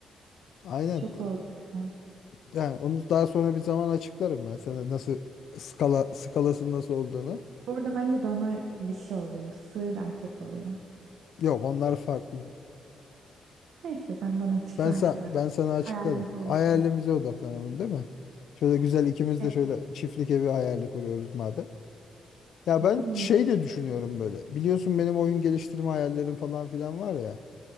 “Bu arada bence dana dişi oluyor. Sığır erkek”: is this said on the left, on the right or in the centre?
Right